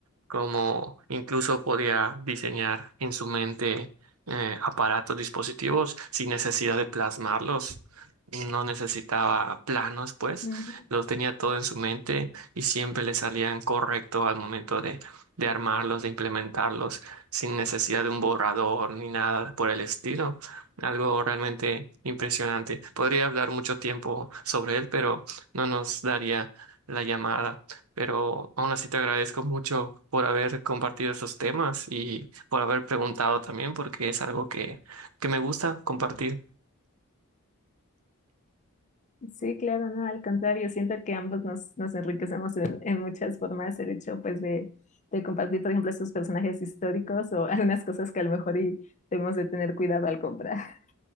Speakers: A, on the right; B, on the left.
A: como incluso podía diseñar en su mente eh, aparatos, dispositivos sin necesidad de plasmarlos. No necesitaba planos, pues,
B: ajá.
A: lo tenía todo en su mente y siempre le salían correcto al momento de, de armarlos, de implementarlos, sin necesidad de un borrador ni nada por el estilo. Algo realmente impresionante. Podría hablar mucho tiempo sobre él, pero no nos daría la llamada. Pero aún así te agradezco mucho por haber compartido estos temas y por haber preguntado también, porque es algo que, que me gusta compartir.
B: Sí, claro, no, al contrario, siento que ambos nos, nos enriquecemos en, en muchas formas, el hecho pues de, de compartir, por ejemplo, esos personajes históricos o <laughs> algunas cosas que a lo mejor y debemos de tener cuidado al comprar. <laughs>